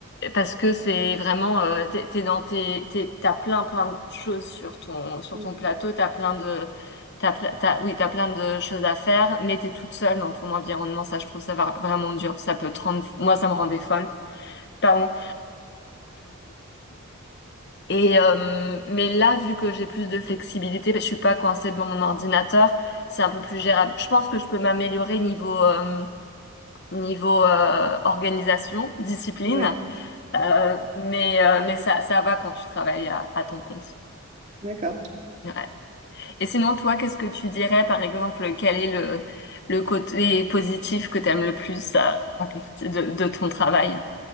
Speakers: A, on the left; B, on the right.
A: parce que c'est vraiment euh, t'es, t'es dans tes t'es- t'as plein plein de choses sur ton sur
B: Mm.
A: ton plateau. T'as plein de t'as, ple- t'as- oui t'as plein de choses à faire, mais t'es toute seule dans ton environnement. Ça, je trouve ça va- vraiment dur. Ça peut te rendre moi ça me rendait folle. Pardon. Et euh, mais là, vu que j'ai plus de flexibilité, ben, je suis pas coincée devant mon ordinateur, c'est un peu plus gérable. Je pense que je peux m'améliorer niveau euh, niveau euh, organisation, discipline,
B: Ouais,
A: Euh, mais euh, mais ça ça va quand tu travailles à, à ton compte.
B: d'accord.
A: Ouais. Et sinon, toi, qu'est-ce que tu dirais, par exemple, quel est le le côté positif que tu aimes le plus à, à partir de, de ton travail?